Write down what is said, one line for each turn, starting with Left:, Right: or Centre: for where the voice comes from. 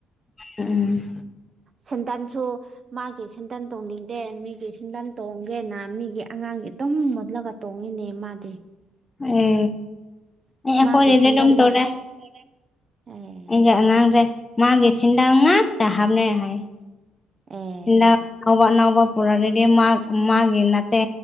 Left: ꯎꯝ
Right: ꯁꯦꯟꯗꯟꯁꯨ ꯃꯥꯒꯤ ꯁꯦꯟꯗꯟ ꯇꯣꯡꯅꯤꯡꯗꯦ ꯃꯤꯒꯤ ꯁꯦꯟꯗꯟ ꯇꯣꯡꯒꯦꯅ ꯃꯤꯒꯤ ꯑꯉꯥꯡꯒꯤ ꯇꯨꯝ ꯃꯨꯜꯂꯒ ꯇꯣꯡꯉꯤꯅꯦ ꯃꯥꯗꯤ
Left: ꯑꯦ ꯑꯦ ꯑꯈꯣꯏꯒꯤꯗꯤ
Right: ꯃꯥꯒꯤ ꯁꯦꯟꯗꯟ
Left: ꯑꯗꯨꯝ ꯇꯧꯗꯦ
Right: <unintelligible> ꯑꯦ
Left: ꯑꯩꯒꯤ ꯑꯉꯥꯡꯁꯦ ꯃꯥꯒꯤ ꯁꯤꯟꯗꯟ ꯉꯥꯛꯇ ꯍꯞꯅꯦ ꯍꯥꯏꯌꯦ
Right: ꯑꯦ
Left: ꯑꯅꯥꯎꯕ ꯑꯅꯥꯎꯕ ꯄꯨꯔꯥꯔꯗꯤ ꯃꯥ ꯃꯥꯒꯤ ꯅꯠꯇꯦ